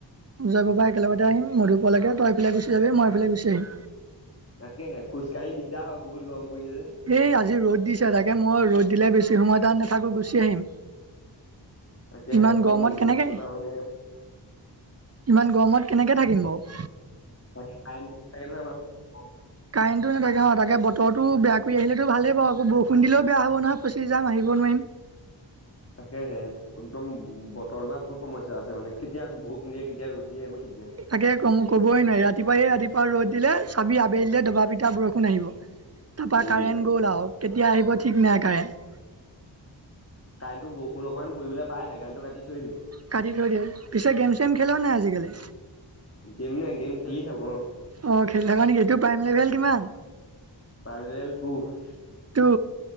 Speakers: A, on the right (about 35°); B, on the left (about 30°).
A: উজৰ পৰা একেলগতে আহিম মধু পুৱালকে তই এইফালে গুচি যাবি মই এইফালে গুচি আহিম।
B: তাকেহে খোজকাঢ়ি দিগদাৰ হয় বহুত গৰম পৰিছে যে
A: এই আজি ৰ'দ দিছে তাকে মই ৰ'দ দিলে বেছি সময় তাত নাথাকো গুচি আহিম
B: তাকেহে
A: ইমান
B: একদম
A: গৰমত কেনেকে
B: ৰ'দটো পৰা মানে
A: ইমান গৰমত কেনেকে থাকিম বাউ <inaudible>
B: প থে <unintelligible>
A: কাৰেণ্টো নেথাকে- অ তাকে বতৰো বেয়া কৰি আহিলেতো ভালেই পা আকৌ বৰষুণ দিলও বে হব নহয় ফঁচি যাম আহিব নোৱাৰিম <inaudible>
B: তাকে হে একদম বতৰ টোপা বহু সমস্যা আছে মানে কেতিয়া বৰষুণ দিয়ে কেতিয়া ৰ'দ দিয়ে ঠিক নাই
A: তাকে ক কবই নোৱাৰি ৰাতিপুৱাইে ৰাতিপুৱা ৰ'দ দিলে চাবি আবেল দে দবা পি তেতিয়া বৰষুণ আহিব তাৰপা
B: উম
A: কাৰেণ্ট গ'ল আউ কেতিয়া আহিব ঠিক নাই কাৰেণ্ট
B: কাৰেণ্টটো বৰষুণ অকণমান কৰিবলৈ পাইহে কাৰেণ্টটো কাটি থৈয়ে দিব।
A: কাটি থৈ দিয়ে পিছে গেম চেম খেল নাই আজি কালি
B: গেম নাই গেম খেলি থাক অ-
A: অ' খেলি থাক নেকি তোৰ প্ৰাইম লেভেল কিমান
B: পাৰেল কুহ
A: ত